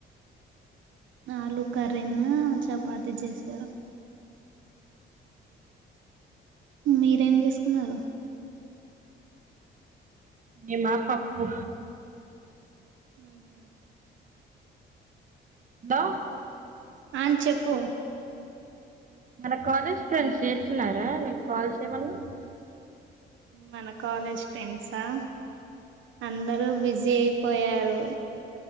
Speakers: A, on the right; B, on the right.
A: నాలుగు కర్రీను చపాతి చేసా మీరేం చేసుకున్నారు
B: మిమ పప్పు
A: మ్ హు
B: లో
A: అన్ చెప్పు
B: మన కాలేజ్ ఫ్రెండ్స్ చేస్తున్నారా నీకు కాల్స్యమన్నా
A: మన కాలేజ్ ఫ్రెండ్సా అందరూ బిజీ అయిపోయారు